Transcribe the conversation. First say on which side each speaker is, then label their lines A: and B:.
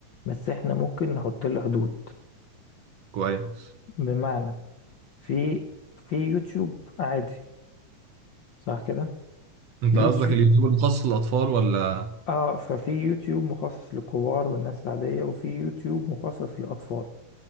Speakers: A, on the left; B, on the right.
A: بس احنا ممكن نحط له حدود
B: كويس
A: بمعنى في في يوتيوب عادي صح كده
B: انت
A: يوتيوب
B: قصدك اليوتيوب المخصص للاطفال ولا
A: اه ففي يوتيوب مخصص للكبار والناس العادية وفي يوتيوب مخصص للأطفال